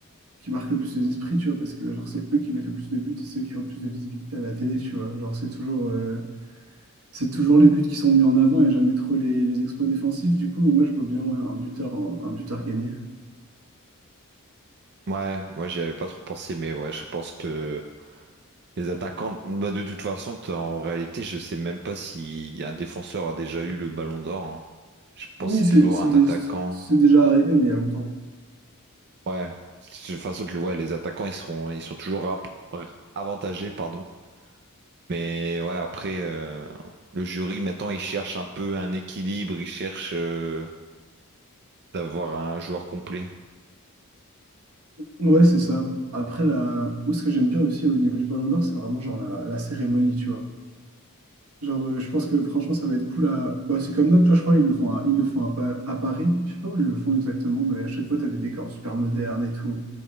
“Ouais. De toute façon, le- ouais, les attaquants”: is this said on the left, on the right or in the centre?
Right